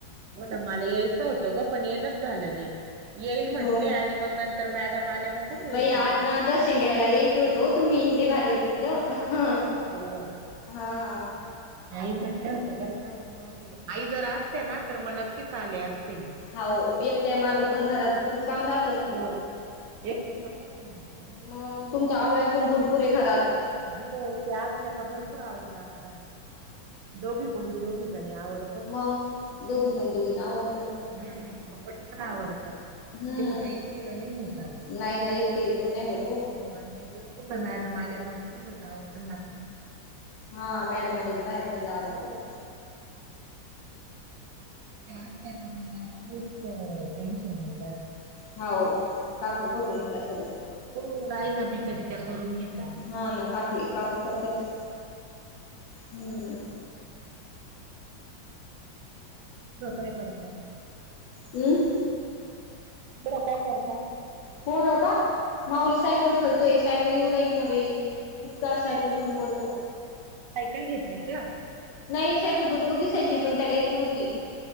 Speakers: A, on the right; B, on the left.
A: हो ना मला यायचं होतं गं, पण येनच झालं नही. येईल म्हंटले
B: हो
A: आणि मग नंतर मॅडम आल्या मग कुठे
B: बाई
A: येणं
B: आज
A: झालं.
B: ना दर्शन घ्यायला यायचं होतं ओ तुम्ही, लई भारी होत तिथं.
A: हो ना.
B: हं
A: हो
B: हां
A: आई म्हटल्या होत्या बरं का, पण मागे. आई जर असत्या ना, तर मग नक्कीच आले असते मी.
B: हाओ एकट्यानं मागं पण घरात खूप काम राह
A: हो एकटीचं खूप होऊन जातं.
B: मंग तुमचं आवरायला पण भरपूरये घरात.
A: हो त्या असल्या का भरपूर आवरू लागता. दोघीकडून दोघी जणी आवर
B: मंग दोघी कून दोघीना आवर
A: हुं पटकन आवरतं.
B: हम्म
A: नहीतं मं एकटीला नाही होत आगं.
B: नाही नाही एकटी कोण नाही होत ओ
A: हो आणि त्याच्यात पुन्हा मॅडम आल्या का, पुन्हा जावं पण लागतं ना.
B: हां मॅडम आल्या की बाहेर पण जावं लागतं
A: हो
B: ना.
A: त्या असल्या का मं मला खूप टेंशन नही राहतं.
B: हाव काकू करून घेता सगळे.
A: हो राहिलं मी, तरी त्या करून घेता.
B: हा नां काकी काकू करत्याच. हुं
A: पुढं काय करता?
B: अं?
A: पोरं काय करता?
B: पोरं का? माऊली सायकल खेळतोय, सायकली येउ राहिली ना बई. इतका सायक कि धूम पळतो.
A: सायकल घेतली का?
B: नायी सायकल भरपूर दिसायची, पण त्याला येत नव्हती.